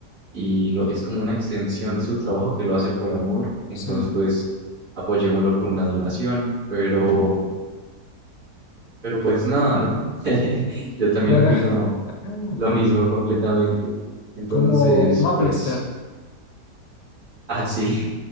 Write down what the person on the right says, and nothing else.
y lo, es como una extensión de su trabajo que lo hace por amor, entonces
pues apoyémoslo con una donación, pero... Pero pues nada, ¿no? <laughs> Yo también
opino
lo mismo completamente. Entonces,
pues, así.